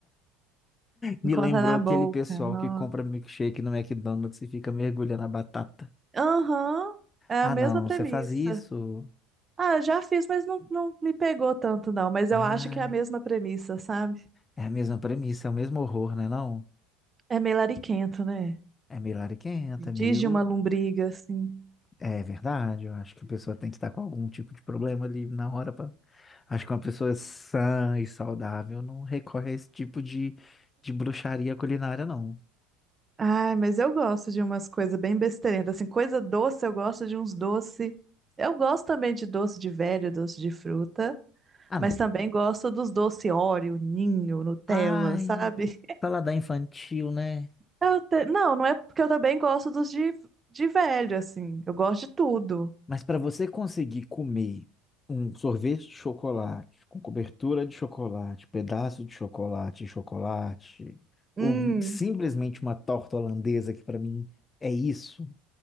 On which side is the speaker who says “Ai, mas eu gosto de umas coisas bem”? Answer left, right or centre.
Right